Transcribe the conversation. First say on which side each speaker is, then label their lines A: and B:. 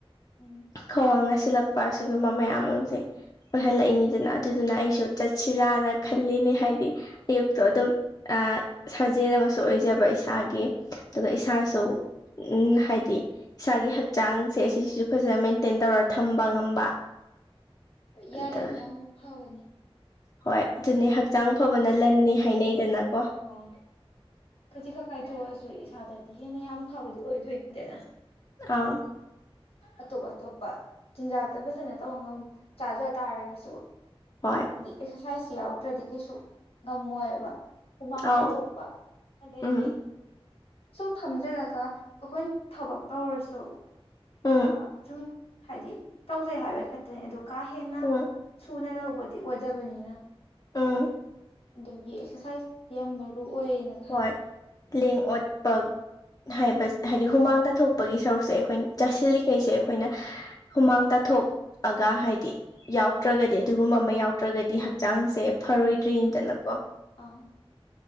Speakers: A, on the left; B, on the left.
A: ꯎꯝ
B: ꯈꯣꯡ ꯅꯁꯤꯜꯂꯛꯄ ꯑꯁꯤꯒꯨꯝꯕ ꯃꯌꯥꯝ ꯑꯃꯁꯦ ꯑꯣꯏꯍꯜꯂꯛꯏꯅꯤꯗꯅ ꯑꯗꯨꯗꯨꯅ ꯑꯩꯁꯨ ꯆꯠꯁꯤꯔꯥꯅ ꯈꯜꯂꯤꯅꯦ ꯍꯥꯏꯗꯤ ꯑꯌꯨꯛꯇꯣ ꯑꯗꯨꯝ ꯑ ꯁꯥꯖꯦꯜ ꯑꯃꯁꯨ ꯑꯣꯏꯖꯕ ꯏꯁꯥꯒꯤ ꯑꯗꯨꯒ
A: ꯎꯝ
B: ꯏꯁꯥꯁꯨ ꯎꯝ ꯍꯥꯏꯗꯤ ꯏꯁꯥꯒꯤ ꯍꯛꯆꯥꯡꯁꯦ ꯑꯁꯤꯁꯤꯁꯨ ꯐꯖ ꯃꯦꯟꯇꯦꯟ ꯇꯧꯔ ꯊꯝꯕ ꯉꯝꯕ
A: ꯍꯣꯏ ꯌꯥꯏ
B: ꯑꯗ
A: ꯑꯗꯨ ꯅꯪꯅ ꯐꯕꯅꯤ
B: ꯍꯣꯏ ꯑꯗꯨꯅꯦ
A: ꯍꯥꯏꯗꯤ
B: ꯍꯛꯆꯥꯡ ꯐꯕꯅ ꯂꯟꯅꯤ ꯍꯥꯏꯅꯩꯗꯅꯀꯣ
A: ꯑꯣ ꯈꯖꯤꯛ ꯈꯛ ꯀꯥꯏꯊꯣꯛꯑꯁꯨ ꯏꯁꯥꯗꯗꯤ ꯍꯦꯟꯅ ꯌꯥꯝ ꯐꯕꯗꯤ ꯑꯣꯏꯗꯣꯏꯅꯤꯗꯅ
B: ꯑꯥ꯫
A: ꯑꯇꯣꯞ ꯑꯇꯣꯞꯄ꯫ ꯆꯤꯟꯖꯥꯛꯇ ꯐꯖꯅ ꯇꯧ ꯉꯝ ꯆꯥꯖ ꯇꯥꯔꯒꯁꯨ
B: ꯍꯣꯏ꯫
A: ꯍꯥꯏꯗꯤ ꯑꯦꯛꯁꯔꯁꯥꯏꯁ ꯌꯥꯎꯗ꯭ꯔꯗꯤ ꯀꯩꯁꯨ ꯉꯝꯃꯣꯏꯕ꯫ ꯍꯨꯃꯥꯡ
B: ꯑꯧ
A: ꯇꯥꯊꯣꯛꯄ ꯑꯗꯒꯤ
B: ꯎꯝ
A: ꯁꯨꯝ ꯐꯝꯖꯤꯜꯂꯒ ꯑꯩꯈꯣꯏ ꯊꯕꯛ ꯇꯧꯔꯁꯨ
B: ꯎꯝ
A: ꯑꯥ ꯁꯨꯝ ꯍꯥꯏꯗꯤ ꯇꯧꯖꯩ ꯍꯥꯏꯕꯩ ꯈꯛꯇꯅꯦ ꯑꯗꯣ ꯀꯥ ꯍꯦꯟꯅ
B: ꯎꯝ
A: ꯁꯨꯅ ꯇꯧꯕꯗꯤ ꯑꯣꯏꯗꯕꯅꯤꯅ
B: ꯎꯝ
A: ꯑꯗꯨꯒꯤ ꯑꯦꯛꯁꯔꯁꯥꯏꯁꯇꯤ ꯌꯥꯝ ꯃꯔꯨ ꯑꯣꯏꯌꯦꯅ꯫ ꯈꯜꯂꯦ
B: ꯍꯣꯏ ꯂꯦꯡ ꯑꯣꯠꯄ ꯍꯥꯏꯕ ꯍꯥꯏꯗꯤ ꯍꯨꯃꯥꯡ ꯇꯥꯊꯣꯛꯄꯒꯤ ꯁꯔꯨꯛꯁꯦ ꯑꯩꯈꯣꯏꯅ ꯆꯥꯁꯤꯜꯂꯤꯈꯩꯁꯦ ꯑꯩꯈꯣꯏꯅ ꯍꯨꯃꯥꯡ ꯇꯥꯊꯣꯛ ꯑꯒꯥ ꯍꯥꯏꯗꯤ ꯌꯥꯎꯗ꯭ꯔꯒꯗꯤ ꯑꯗꯨꯒꯨꯝꯕ ꯑꯃ ꯌꯥꯎꯗ꯭ꯔꯒꯗꯤ ꯍꯛꯆꯥꯡꯁꯦ ꯐꯔꯣꯏꯗ꯭ꯔꯤꯅꯤꯗꯅꯀꯣ꯫
A: ꯎꯝ ꯑꯥ꯫